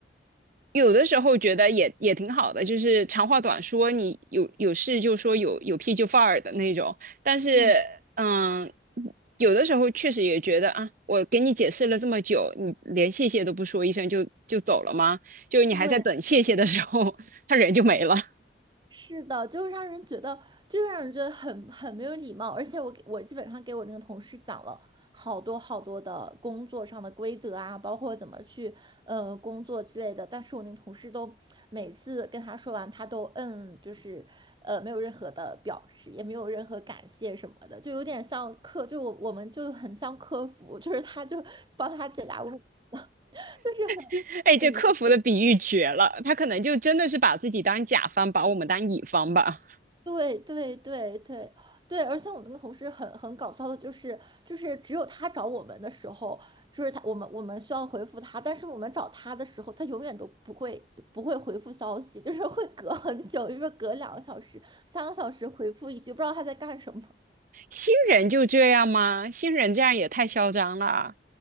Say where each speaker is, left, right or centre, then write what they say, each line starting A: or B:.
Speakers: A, on the right (about 50°); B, on the right (about 25°).
A: 有的时候觉得也也挺好的，就是长话短说，你有有事就说有有屁就放儿的那种。但是，
B: 嗯，
A: 嗯，有的时候确实也觉得啊，我给你解释了这么久，你连谢谢都不说一声就就走了吗？就你还在等谢谢的时候，
B: 对。
A: <laughs> 他人就没了。
B: 是的，就是让人觉得，就是让人觉得很很没有礼貌。而且我给我基本上给我那个同事讲了好多好多的工作上的规则啊，包括怎么去呃工作之类的。但是我那个同事都每次跟他说完，他都嗯，就是呃没有任何的表示，也没有任何感谢什么的，就有点像客，就我我们就很像客服，就是他就帮他解答问题，<laughs> 就是很很。
A: <laughs> 哎，这客服的比喻绝了，他可能就真的是把自己当甲方，把我们当乙方吧。
B: 对对对对对，而且我们那个同事很很搞笑的，就是就是只有他找我们的时候，就是他我们我们需要回复他，但是我们找他的时候，他永远都不会不会回复消息，就是会隔很久，就是隔两个小时、三个小时回复一句，不知道他在干什么。
A: <laughs> 新人就这样吗？新人这样也太嚣张了。